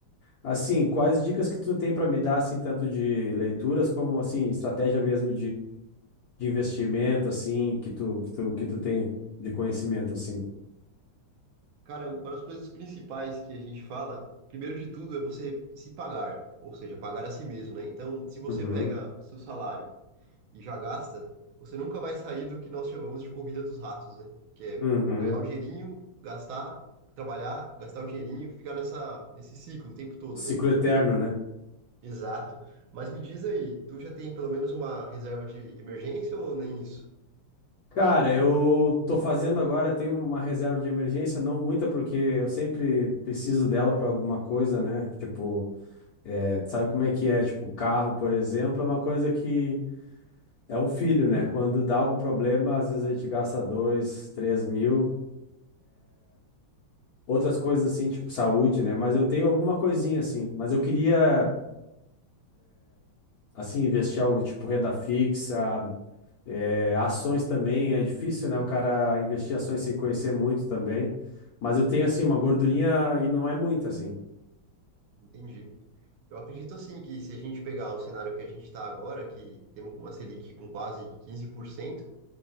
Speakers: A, on the left; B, on the right.
A: Assim, quais dicas que tu tem pra me dar, assim, tanto de leituras como, assim, estratégia mesmo de investimento, assim, que tu, que tu, que tu tem de conhecimento, assim?
B: Cara, uma das coisas principais que a gente fala, primeiro de tudo, é você se pagar, ou seja, pagar a si mesmo, né? Então, se você
A: Uhum,
B: pega o seu salário e já gasta, você nunca vai sair do que nós chamamos de corrida dos ratos, né? Que é
A: uhum.
B: ganhar o dinheirinho, gastar, trabalhar, gastar o dinheirinho, ficar nessa, nesse ciclo o tempo todo,
A: Ciclo
B: né?
A: eterno, né?
B: Exato. Mas me diz aí, tu já tem pelo menos uma reserva de emergência ou nem isso?
A: Cara, eu tô fazendo agora, tenho uma reserva de emergência, não muita, porque eu sempre preciso dela pra alguma coisa, né? Tipo, é, tu sabe como é que é? Tipo, carro, por exemplo, é uma coisa que é um filho, né? Quando dá algum problema, às vezes a gente gasta dois, três mil. Outras coisas assim, tipo saúde, né? Mas eu tenho alguma coisinha assim. Mas eu queria assim, investir algo tipo renda fixa, eh, ações também, é difícil, né? O cara investir ações sem conhecer muito também. Mas eu tenho, assim, uma gordurinha e não é muita, assim.
B: Entendi. Eu acredito assim que se a gente pegar o cenário que a gente está agora, que temos com uma Selic com quase 15%,